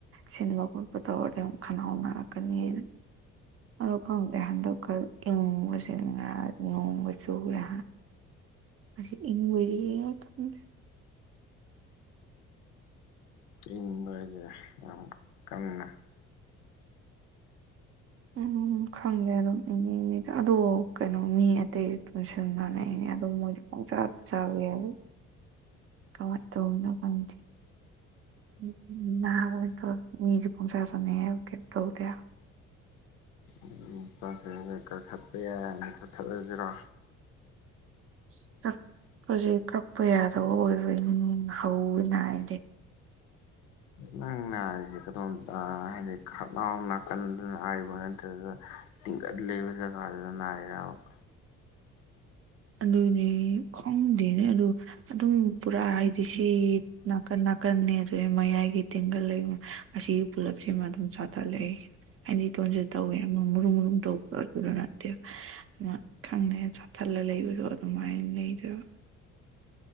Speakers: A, on the right (about 50°); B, on the left (about 90°).
A: ꯁꯤꯟꯕ ꯈꯣꯠꯄ ꯇꯧꯔꯗꯤ ꯑꯃꯨꯛ ꯈꯅꯥꯎ ꯅꯥꯔꯛꯀꯅꯤꯅ ꯑꯗꯣ ꯈꯪꯗꯦ ꯍꯟꯗꯛ ꯈꯔ ꯏꯪꯕꯁꯤꯅꯔ ꯅꯣꯡꯒ ꯆꯨꯔꯦ ꯍꯥ ꯍꯖꯤꯛ ꯏꯪꯕ <unintelligible>
B: ꯏꯪꯕꯔ ꯍꯥꯢꯁꯦ ꯌꯥꯝ ꯀꯟꯅ
A: ꯎꯝꯝ ꯝ ꯈꯪꯗꯦ ꯑꯗꯨꯝ ꯏꯪꯂꯤ ꯏꯪꯂꯤꯗ ꯑꯗꯣ ꯀꯩꯅꯣ ꯃꯤ ꯑꯇꯩ ꯇꯣꯟꯁꯤꯟ ꯅꯥꯅꯩꯅꯦ ꯑꯗꯨꯝ ꯃꯣꯏꯁꯨ ꯄꯪꯆꯥꯗ ꯆꯥꯕ ꯌꯥꯏ ꯀꯃꯥꯏꯅ ꯇꯧꯔꯤꯅꯣ ꯈꯪꯗꯦ <unintelligible> ꯃꯤꯁꯨ ꯄꯪꯆꯥ ꯆꯥꯅꯩ ꯍꯥꯢꯕ ꯀꯩꯝ ꯇꯧꯗꯦ ꯍꯥ <inaudible>
B: ꯎꯝ ꯇꯣꯟꯁꯤꯟꯁꯦ ꯀꯛꯊꯠꯄ ꯌꯥꯏ ꯍꯥꯏꯕꯅꯦ ꯀꯛꯊꯠꯂꯁꯤꯔꯣ
A: ꯁꯤ ꯀꯛ ꯍꯧꯖꯤꯛ ꯀꯛꯄ ꯌꯥꯗꯕ ꯑꯣꯏꯔꯧꯏꯅꯤ ꯍꯧꯕ ꯅꯥꯢ
B: ꯅꯪ ꯅꯥꯔꯤꯁꯦ ꯀꯗꯣꯝꯗ ꯑ ꯍꯥꯢꯗꯤ ꯈꯅꯥꯎ ꯅꯥꯀꯟꯗ ꯅꯥꯢꯕ ꯅꯠꯇ꯭ꯔꯒ ꯇꯤꯡꯒꯜ ꯂꯩꯕ ꯖꯒꯥꯗꯗ ꯅꯥꯢꯔꯕ
A: ꯑꯗꯨꯅꯦ ꯈꯣꯡꯗꯦꯅꯦ ꯑꯗꯣ ꯑꯗꯨꯝ ꯄꯨꯔꯥ ꯍꯥꯏꯗꯤ ꯁꯤ ꯅꯥꯀꯟ ꯅꯥ ꯅꯥꯀꯟꯅꯦ ꯑꯗꯨꯗ ꯃꯌꯥꯏꯒꯤ ꯇꯦꯡꯒꯜ ꯂꯩ ꯑꯁꯤꯒꯤ ꯄꯨꯂꯞꯁꯤꯃ ꯑꯗꯨꯝ ꯆꯥꯊꯠꯂꯛ ꯑꯩ ꯑꯩꯗꯤ ꯇꯣꯟꯁꯤꯟ ꯇꯧꯋꯦ ꯑꯃ ꯃꯨꯔꯨꯝ ꯃꯨꯔꯨꯝ ꯇꯧꯕꯗꯣ ꯅꯠꯇꯦꯕ ꯑꯃ ꯈꯪꯗꯦ ꯆꯥꯊꯠꯂ ꯂꯩꯕ ꯔꯣ ꯑꯗꯨꯃꯥꯏ ꯂꯩꯗꯣꯢꯕ